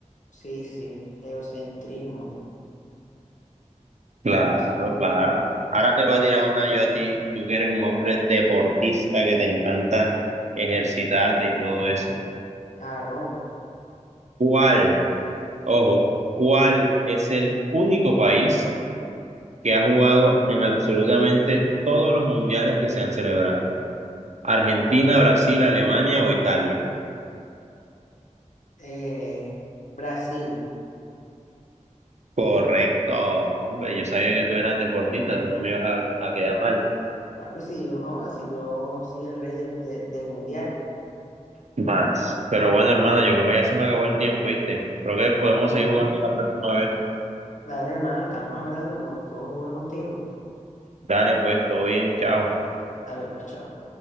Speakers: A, on the left; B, on the right.
A: Sí, sí, eurocentrismo,
B: Claro,
A: eurocentrismo,
B: claro.
A: eurocentrismo.
B: Ahora te voy a tirar una yo a ti, tú que eres un hombre deportista que te encanta ejercitarte y todo eso.
A: Claro,
B: ¿Cuál, ojo, cuál es el único país que ha jugado en absolutamente todos los mundiales que se han celebrado? ¿Argentina, Brasil, Alemania o Italia?
A: eh, Brasil.
B: Correcto, hombre, yo sabía que tú eras deportista, tú no me ibas a a quedar mal.
A: Papi, si yo, joda, si yo soy el rey del, de- del mundial.
B: Más. Pero bueno, hermano, yo creo que ya se me acabó el tiempo, ¿viste? Creo que podemos
A: Ah, bueno.
B: seguir jugando la próxima vez.
A: Dale, hermano, estamos hablando, me gustó jugar contigo.
B: Dale, pues, todo bien, chao.
A: Dale, pues, chao.